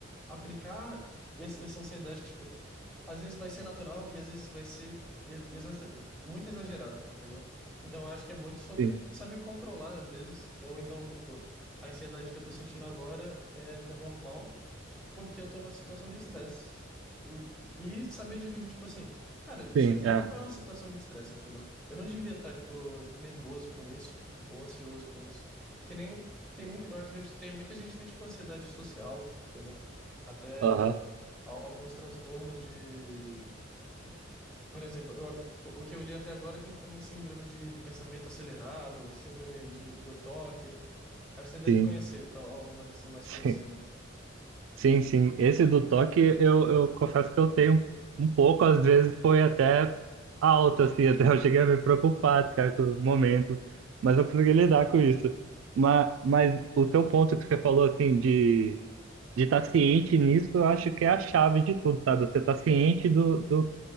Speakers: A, in the centre; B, on the right.
A: aplicar essa, essa ansiedade que, tipo, às vezes vai ser natural e às vezes vai ser ex- exa- muito exagerada, entendeu? Então, eu acho que é muito sobre
B: Sim,
A: saber controlar, às vezes, ou então, tipo, a ansiedade que eu tô sentindo agora é, é normal porque eu tô numa situação de estresse. E, e saber dividir, tipo assim, cara, isso
B: sim,
A: aqui
B: é.
A: não é uma situação de estresse, entendeu? Eu não devia estar, tipo, nervoso com isso ou ansioso com isso. Que nem tem muito, eu acredito que tem muita gente que tem, tipo, ansiedade social, entendeu? Até
B: Aham,
A: al- alguns transtornos de. Por exemplo, eu- o que eu li até agora tem também síndrome de pensamento acelerado, síndrome de, do toque. Acho que você deve
B: sim,
A: conhecer, tal, algumas assim mais
B: sim.
A: por cima.
B: Sim, sim. Esse do toque, eu, eu confesso que eu tenho um pouco, às vezes foi até alto, assim, <laughs> até eu cheguei a me preocupar em certos momentos, mas eu consegui lidar com isso. Mas, mas o seu ponto que você falou, assim, de de estar ciente nisso, eu acho que é a chave de tudo, sabe? Você tá ciente do, do,